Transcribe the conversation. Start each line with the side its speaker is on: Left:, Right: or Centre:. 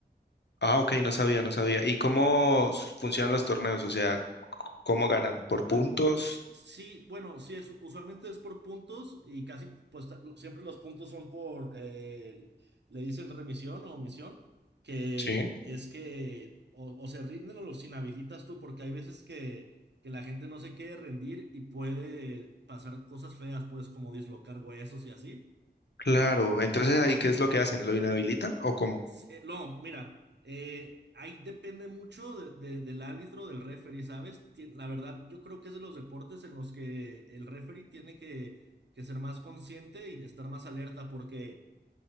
Left: Ah, ok, no sabía, no sabía. ¿Y cómo s- funcionan los torneos? O sea, c- ¿cómo ganan? ¿Por puntos?
Right: Ah, sí, bueno, sí, es, usualmente es por puntos y casi, pues ta- lo- siempre los puntos son por, eh, le dicen remisión o omisión, que
Left: Sí.
Right: es que o, o se rinden o los inhabilitas tú, porque hay veces que, que la gente no se quiere rendir y puede pasar cosas feas, pues como dislocar huesos y así.
Left: Claro. Entonces ahí, ¿qué es lo que hacen? ¿Lo inhabilitan o cómo?
Right: Sí, eh, No, mira, eh, ahí depende mucho de- de- del árbitro, del referee, ¿sabes? Tien- la verdad, yo creo que es de los deportes en los que el referee tiene que, que ser más consciente y de estar más alerta, porque